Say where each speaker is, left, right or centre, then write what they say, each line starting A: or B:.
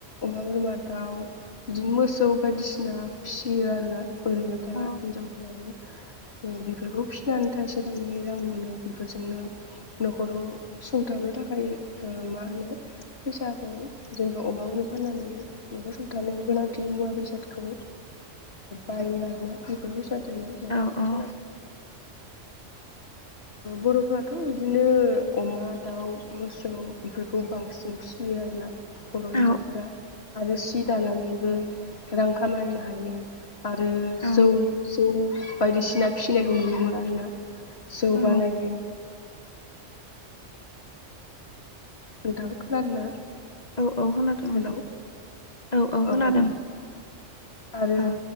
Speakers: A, on the left; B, on the left.
A: अमा बोरमा दाउ बिदिनो मोसौ बायदिसिना फिसियो आरोना ओरैनो थाया
B: औ
A: हिनजावफोराबो बेफोरखौ फिसिनानै थाइसे थाइनै रां मोनो बेफोरजोंनो न'खराव संथानो नो थाखाय मा होनो फैसाखौ जेनेबा अमा अलनो फाननानै न'र संथानायाव गोनांथि बे मुवा बेसादखौ बायो आरोना बेफोर बे जादों न'खरखौ
B: औ औ
A: बर'फोराथ' बिदिनो अमा दाउ मोसौ बेफोरखौ बांसिन फिसि फियो आरोना बर'
B: औ
A: हिन्जावफोरा आरो सि दानानैबो रां खामायनो हायो आरो
B: औ
A: जौ जौ बायदिसिना फिसिनायखौ नुयो। दंङो आरोना जौ
B: औ
A: बानायो नोंथां खोनादोंना
B: औ औ खोनादों नोंथां
A: हेलौ
B: औ औ
A: अ
B: खोनादों
A: आरो
B: औ